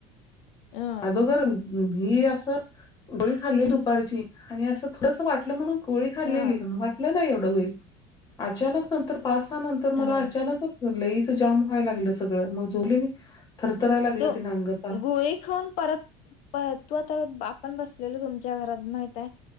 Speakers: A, on the left (about 60°); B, on the left (about 30°).
A: अ
B: अदोगर, ही असं गोळी खाल्ली दुपारची आणि असं थोडस वाटलं म्हणून गोळी खाल्लेली
A: हा
B: वाटलं नाही एवढं होईल अचानक नंतर पासानंतर मला
A: अ
B: अचानकच लयच जाम व्हाय लागलं सगळं मग झोपले मी. थरथरायला लागलं
A: तु
B: ते अंग आता
A: गोळी खाऊन परत, पर तू आता आपण बसलेल तुमच्या घरात माहिती आहे?